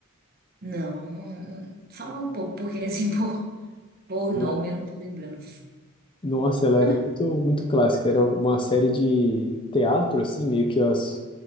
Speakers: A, on the right (about 45°); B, on the left (about 25°).
A: não, não, não- fala um pouco porque assim <laughs> por, por nome
B: Ela-
A: eu não tô lembrando.
B: nossa, ela
A: Na
B: era
A: verdade,
B: muito, muito clássica. Era uma série de teatro, assim, meio que as,